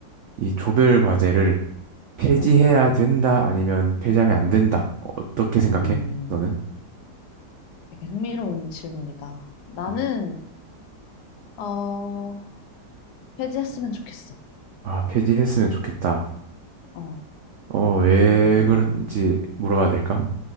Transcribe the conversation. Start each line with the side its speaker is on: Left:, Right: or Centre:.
Right: 이 조별 과제를 폐지해야
Left: 응.
Right: 된다 아니면 폐지하면 안 된다. 어, 어떻게 생각해?
Left: 음,
Right: 너는?
Left: 되게 흥미로운 질문이다. 나는,
Right: 음.
Left: 어, 폐지했으면 좋겠어.
Right: 아, 폐지했으면 좋겠다.
Left: 어,
Right: 어, 왜
Left: 왜,
Right: 그런지 물어봐도 될까?